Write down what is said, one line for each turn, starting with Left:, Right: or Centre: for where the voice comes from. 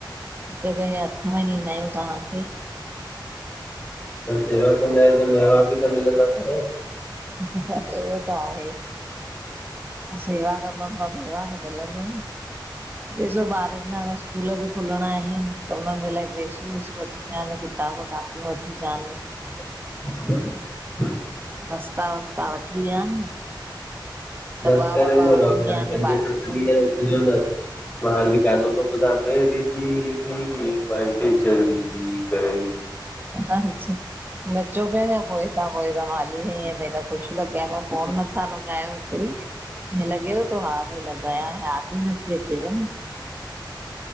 Right: हिकु हिकं शै हथ में ॾींदा आहियूं तहांखे।
Left: त सेवा कंदा आहियो त मेवा बि त मिलंदा थव।
Right: उहो त आहे। सेवा कंदमि त मेवा त मिलंदो न, ॾिसो ॿारनि ज हाणे स्कूल ब़ि खुलणा आहिन तं हुननि जे लाए ड्रेसूं वेसूं वठी चान, किताब कॉपियूं वठी अचांन।
Left: <inaudible>
Right: बस्ता वस्ता वठी ॾियान न।
Left: मस्ती
Right: दॿा
Left: में
Right: वॿा वठी
Left: रओ,
Right: ॾियानि
Left: हाली पंज
Right: बाटलूं
Left: सत्त ॾींह अचजो न। मां अॼ गानो तो ॿुधां, मेेरी बीवी मायके चली गई।
Right: हा <unintelligible> नचो पिया छा पोए तां, पोए तां, मां हली वई आंयां त हेॾा ख़ुश लॻिया प्या यो फोन नथा लॻायो। हिंअ लॻेव तो हा भई लॻायां, याद ई नथी अचेव न